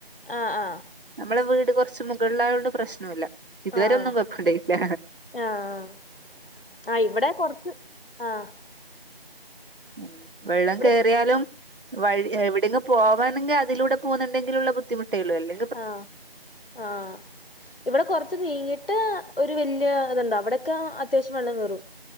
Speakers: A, on the left; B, on the right.
A: ആഹ് ആഹ്
B: നമ്മടെ വീട് കൊറച്ച് മുകളിലായോണ്ട് പ്രശ്നൂല ഇതുവരെ
A: ആഹ്
B: ഒന്നും കൊയപ്പുണ്ടായിട്ടില്ല
A: ആഹ് ആഹ് ഇവടെ കൊറച്ച് ആഹ്
B: ഉം വെള്ളം
A: ഇവിടെ
B: കേറ്യാലും വഴി എവിടെങ്ങ് പോവാണെങ്കില് അതിലൂടെ പോകുന്നുണ്ടെങ്കിലുള്ള ബുദ്ധിമുട്ടേ ഉള്ളൂ അല്ലേ
A: ആഹ് ആഹ് ഇവിടെ കൊറച്ച് നീങ്ങീട്ട് ഒരു വല്യ ഇതുണ്ട് അവിടെയൊക്കെ അത്യാവശ്യം വെള്ളം കേറും